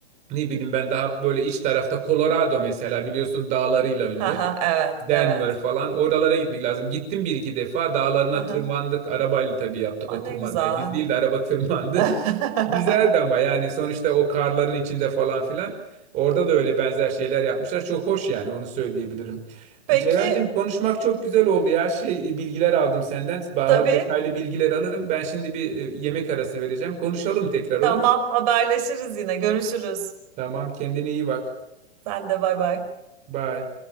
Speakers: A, on the right; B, on the right.
A: Ne bileyim ben daha böyle iç tarafta Colorado mesela biliyorsun dağlarıyla
B: Haha,
A: ünlü.
B: evet,
A: Denver
B: evet.
A: falan oralara gitmek lazım. Gittim bir iki defa dağlarına
B: Haha.
A: tırmandık. Arabayla tabii yaptık
B: Aa,
A: o
B: ne
A: tırmanmayı.
B: güzel.
A: Biz değil de araba tırmandı.
B: <laughs>
A: <laughs> Güzeldi ama yani sonuçta o karların içinde falan filan. Orada da öyle benzer şeyler yapmışlar. Çok hoş yani onu söyleyebilirim.
B: Peki,
A: Ceren'cim konuşmak çok güzel oldu ya. Şey, e, bilgiler aldım senden. Daha
B: tabii.
A: detaylı bilgiler alırım. Ben şimdi bir e, yemek arası vereceğim. Konuşalım tekrar olur
B: Tamam,
A: mu?
B: haberleşiriz yine. Görüşürüz.
A: Tamam kendine iyi bak.
B: Sen de bay bay.
A: Bye.